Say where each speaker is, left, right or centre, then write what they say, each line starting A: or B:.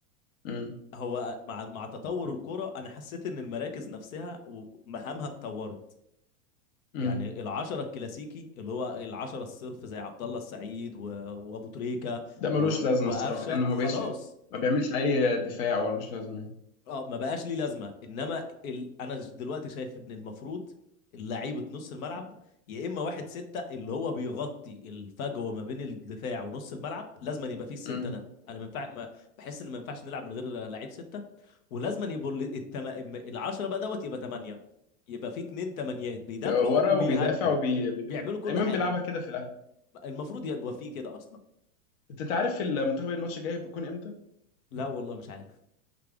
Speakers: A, on the left; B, on the left.
A: امم
B: هو مع مع تطور الكرة انا حسيت ان المراكز نفسها ومهامها اتطورت
A: امم
B: يعني العشرة الكلاسيكي اللي هو العشرة الصرف زي عبد الله السعيد و... وابو تريكة
A: ده
B: و...
A: ملوش لازمه
B: وقفشه
A: الصراحه لانه ما
B: خلاص
A: بقتش ما بيعملش اي دفاع ولا ملوش لازمه يعني.
B: اه ما بقاش ليه لازمة انما ال... انا دلوقتي شايف ان المفروض لعيبة نص الملعب يا اما واحد ستة اللي هو بيغطي الفجوة ما بين الدفاع ونص الملعب لازم أن يبقى فيه الستة
A: امم
B: ده انا ما ينفع ما- بحس ان ما ينفعش نلعب من غير لعيب ستة ولازم أن يبقوا ال- التم... العشرة بقى دوت يبقى تمانية يبقى فيه اتنين تمانيات بيدافعوا
A: يا ورا
B: وبيهاجموا
A: وبيدافع وبي بي-
B: بيعملوا كل
A: ايمن
B: حاجة
A: بيلعبها كده في الاهلي
B: المفروض يبقى فيه كده اصلا
A: انت انت عارف المنتخب الماتش الجاي بيكون امتى
B: لا والله مش عارف